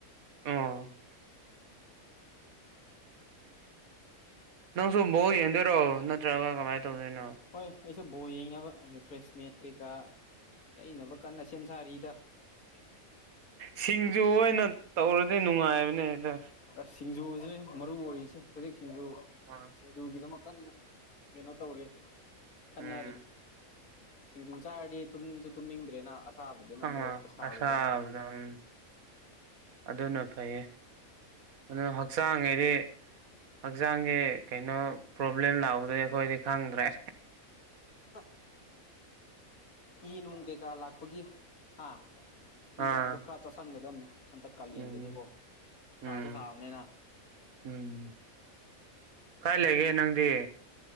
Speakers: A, on the right (about 75°); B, on the left (about 80°).
A: ꯑꯣ ꯅꯪꯁꯨ ꯕꫭꯜ ꯌꯦꯡꯗꯣꯏꯔꯣ ꯅꯠꯇ꯭ꯔꯒ ꯀꯃꯥꯏ ꯇꯧꯗꯣꯏꯅꯣ꯫
B: ꯍꯣꯏ ꯑꯩꯁꯨ ꯕꯣꯜ ꯌꯦꯡꯅꯕ ꯔꯤꯐ꯭ꯔꯦꯁꯃꯦꯟ ꯀꯩꯀꯥ ꯂꯩꯅꯕ ꯀꯟꯅ ꯁꯦꯝ ꯁꯥꯔꯤꯗ꯫
A: ꯁꯤꯡꯖꯨ ꯑꯣꯏꯅ ꯇꯧꯔꯗꯤ ꯅꯨꯡꯉꯥꯏꯕꯅꯦ ꯑꯗꯣ꯫
B: ꯑꯁ ꯁꯤꯡꯖꯨꯁꯤꯅꯦ ꯃꯔꯨ ꯑꯣꯏꯔꯤꯁꯦ ꯍꯧꯖꯤꯛ ꯁꯤꯡꯖꯨ
A: <inaudible>
B: ꯁꯤꯡꯖꯨꯒꯤꯗꯃꯛ ꯀꯟꯅ ꯀꯩꯅꯣ ꯇꯧꯔꯤ꯫ ꯈꯟꯅꯔꯤ
A: ꯎꯝ
B: ꯁꯤꯡꯖꯨ ꯆꯥꯔꯗꯤ ꯇꯨꯝꯁꯨ ꯇꯨꯝꯅꯤꯡꯗ꯭ꯔꯦꯅ ꯑꯁ ꯁꯥꯕꯗꯨꯅ
A: ꯑꯥ
B: ꯃꯣꯔꯣꯛ ꯈꯔ ꯁꯥꯕꯗꯨꯅ꯫
A: <inaudible> ꯑꯗꯨꯅ ꯐꯩꯌꯦ ꯑꯗꯨ ꯍꯛꯆꯥꯡꯒꯤꯗꯤ ꯍꯛꯆꯥꯡꯁꯦ ꯀꯩꯅꯣ ꯄ꯭ꯔꯣꯕ꯭ꯂꯦꯝ ꯂꯥꯛꯄꯗꯤ ꯑꯩꯈꯣꯏꯗꯤ ꯈꯪꯗ꯭ꯔꯦ꯫
B: ꯍꯥ ꯏ ꯅꯨꯡ ꯀꯩꯀꯥ ꯂꯥꯛꯄꯒꯤ꯫ ꯍꯥ ꯆꯤꯟꯖꯥꯛꯗꯨ
A: ꯑꯥ
B: ꯈ꯭ꯔ ꯆꯁꯟꯒꯗꯝꯅꯦ ꯍꯟꯗꯛ ꯀꯥꯂꯦꯟꯗꯗꯤꯀꯣ
A: ꯎꯝ
B: ꯁꯥꯁꯨ
A: ꯎꯝ
B: ꯁꯥꯕꯅꯤꯅ꯫
A: ꯎꯝ ꯀꯥꯏ ꯂꯩꯒꯦ ꯅꯪꯗꯤ꯫